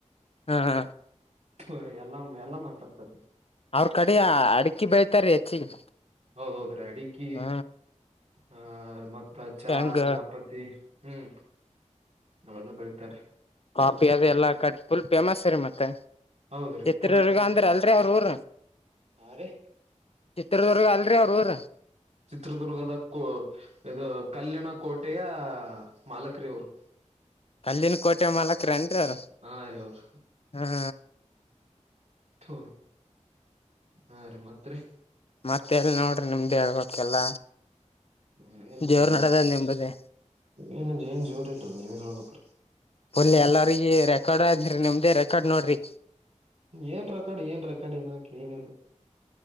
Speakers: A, on the left; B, on the right.
A: ಹ ಅ
B: ತು ಎಲ್ಲಾಂ ಎಲ್ಲಾ ಮಾತಾಡ್ತಾರೀ.
A: ಅವ್ರ ಕಡೆ ಅಡಕಿ ಬೆಳತಾರೀ ಹೆಚ್ಚಿಗೆ.
B: ಹೌದೌದ್ರೀ ಅಡಿಕಿ
A: ಹ್ಮ
B: ಆ ಮತ್ತ್ ಚಾ
A: ಹೆಂಗ
B: ಚಾಪಾತಿ ಹ್ಮ್ ಅವೆಲ್ಲ ಬೆಳಿತಾರೀ.
A: ಕಾಫಿ ಅದೆಲ್ಲ ಆಕಡಿ ಫುಲ್ ಫೇಮಸ್ ರೀ ಮತ್ತೆ.
B: ಹೌದ್ರೀ
A: ಚಿತ್ರದುರ್ಗ
B: ಫುಲ್ ಫೇಮಸ್
A: ಅಂದ್ರ
B: ರೀ ಅವರು
A: ಅಲ್ರೀ ಅವ್ರು ಊರ.
B: ಹಾ ರೀ
A: ಚಿತ್ರದುರ್ಗ ಅಲ್ರೀ ಅವ್ರ್ ಊರು.
B: ಚಿತ್ರದುರ್ಗದ ಕೊ ಇದು ಕಲ್ಲಿನ ಕೋಟೆಯ ಮಾಲಕರು ಇವರು
A: ಕಲ್ಲಿನ ಕೋಟೆ ಮಾಲಕರ ಏನ್ರೀ ಅವರು
B: ಹಾ ರೀ ಅವ್ರ
A: ಹ್ಮ
B: ತು ಹಾ ರೀ ಮತ್ತರಿ
A: ಮತ್ತೆ ಎಲ್ಲಿ ನೋಡ್ರಿ ನಿಮ್ದೇ ಹೇಳ್ಬೇಕಲ್ಲ
B: ಏನಿಲ್ರೀ
A: ದೇವ್ರ ನಡದ ನಿಂಬದೆ
B: ಏನು ಏನ್ ಜೋರ್ ಇಲ್ರಿ ನೀವೇ ಹೇಳ್ಬೇಕ
A: ಫುಲ್ ಎಲ್ಲರಿಗ ರೆಕಾರ್ಡ್ ಆದ್ರಿ ನಿಮ್ದೇ ರೆಕಾರ್ಡ್ ನೋಡ್ರಿ
B: ಏನ್ ರೆಕಾರ್ಡ್ ಏನ್ ರೆಕಾರ್ಡ್ ಏನಕ್ ಏನಿಲ್ಲ